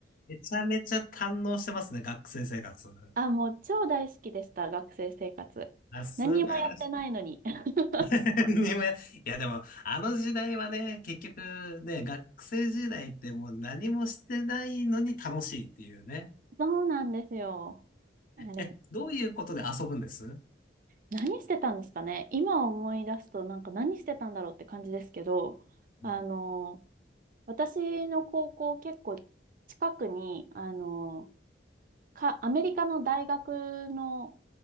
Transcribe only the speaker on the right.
あ、もう超大好きでした、学生生活。
何もやってないのに。<laughs>
そうなんですよ。あれ、
何してたんですかね。今思い出すと、なんか何してたんだろうって感じですけど、あの、
私の高校結構近くに、あの、か、アメリカの大学の、